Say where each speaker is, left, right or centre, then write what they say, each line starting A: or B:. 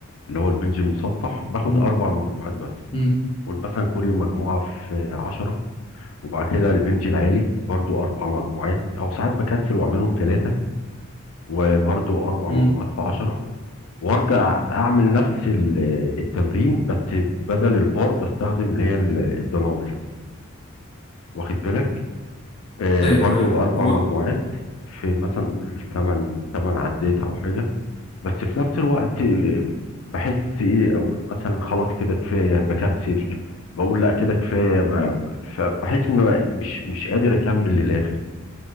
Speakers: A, on the left; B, on the left.
A: اللي هو البنج المسطح باخد
B: مم.
A: اربع مجموعات بس
B: مم.
A: قول مثلا كل مجموعه في عشرة وبعد كده البنج العالي برضو اربع مجموعات او ساعات بكسل واعملهم ثلاثه وبرضو اربع
B: مم.
A: مجموعات في عشرة وارجع اعمل نفس ال- التمرين بس بدل البار بستخدم اللي هي ال- الدنابلز واخد بالك آه
B: ايوه
A: برضو
B: ايوه
A: اربع
B: هو
A: مجموعات في مثلا نقول ثمان ثمان عدات او حاجه بس في نفس الوقت آه، بحس ايه اقول مثلا خلاص كده كفايه بكنسل بقول لا كده كفايه ما فبحس ان أنا مش مش قادر اكمل للاخر